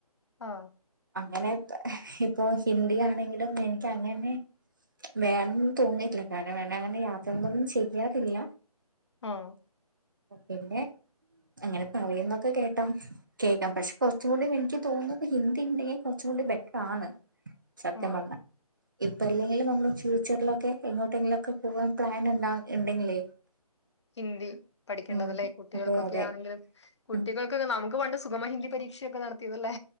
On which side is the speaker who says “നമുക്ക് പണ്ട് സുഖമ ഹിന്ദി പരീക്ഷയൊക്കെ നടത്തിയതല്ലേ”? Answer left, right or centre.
Left